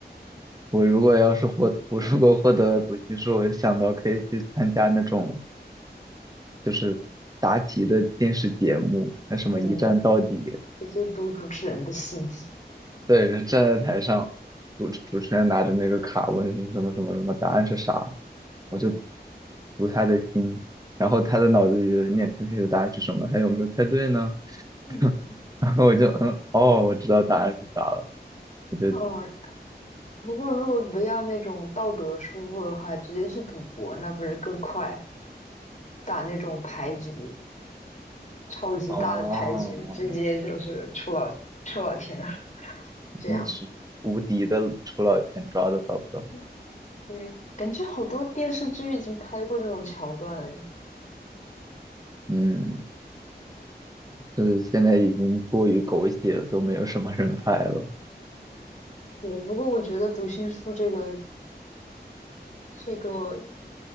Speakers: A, on the right; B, on the left.
A: 我如果要是获，我如果获得了读心术，我想到可以去参加那种就是答题的电视节目，那什么一站到底。
B: 嗯，直接读主持人的心。
A: 对，人站在台上，主主持人拿着那个卡问什么什么什么什么，答案是啥，我就
B: 嗯
A: 读他的心，然后他的脑子里就念出去的答案是什么，他有没有猜对呢？
B: 嗯，
A: <laughs> 然后我就嗯，哦，我知道答案是啥了，我就
B: 哦，如果如果不要那种道德束缚的话，直接去赌博，那不是更快？打那种牌局，超级大的牌局，
A: 哦，
B: 直接就是出老出老千，<laughs> 这样。
A: 那是无敌的出老千，抓都抓不到。
B: 嗯对，感觉好多电视剧已经拍过这种桥段了。
A: 嗯，是现在已经过于狗血了，都没有什么人拍了。
B: 对，不过我觉得读心术这个这个